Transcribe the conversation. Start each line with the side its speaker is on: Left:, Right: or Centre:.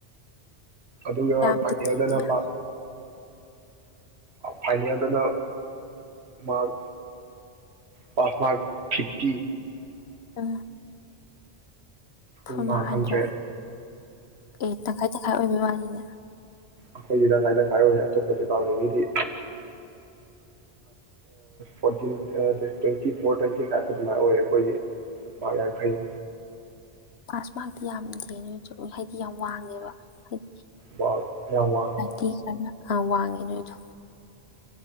Right: ꯑꯗꯨꯒ
Left: ꯌꯥꯝꯗꯤ
Right: ꯄꯅꯤꯦꯜꯗꯅ
Left: ꯅꯦꯝꯗꯦ
Right: ꯄ ꯐꯥꯏꯅꯦꯜꯗꯅ ꯃꯥꯔꯛ ꯄꯥꯁ ꯃꯥꯔꯛ ꯐꯤꯐꯇꯤ
Left: ꯑ
Right: ꯐꯨꯜ
Left: ꯊꯨꯃ
Right: ꯃꯥꯔꯛ
Left: ꯍꯟꯗ꯭ꯔꯦ
Right: ꯍꯟꯗ꯭ꯔꯦꯠ
Left: ꯑꯦ ꯇꯪꯈꯥꯏ ꯇꯪꯈꯥꯏ ꯑꯣꯏꯕ ꯃꯅꯤꯅꯦ
Right: ꯑꯩꯈꯣꯏꯒꯤ ꯂꯪꯁꯥꯏ ꯇꯪꯁꯥꯏ ꯑꯣꯏꯔꯦ ꯑꯇꯣꯞꯄ ꯗꯤꯄꯥꯔꯠꯃꯦꯟꯒꯤꯗꯤ fourteen twenty four twenty five ꯑꯗꯨꯃꯥꯏ ꯑꯣꯏꯔꯦ ꯑꯩꯈꯣꯏꯒꯤ ꯄꯥꯛ ꯌꯥꯡꯈꯩꯅꯤ
Left: ꯄꯥꯁ ꯃꯥꯔꯛꯇꯤ ꯌꯥꯝ ꯗꯦꯅꯦ ꯅꯣꯏꯗꯣ ꯍꯥꯏꯗꯤ ꯌꯥꯝ ꯋꯥꯡꯉꯦꯕ ꯍꯥꯏꯗꯤ
Right: ꯃꯥꯔꯛ ꯌꯥꯝ ꯋꯥꯡꯉꯦ
Left: <unintelligible> ꯌꯥꯝ ꯋꯥꯡꯉꯤ ꯅꯣꯏꯗꯣ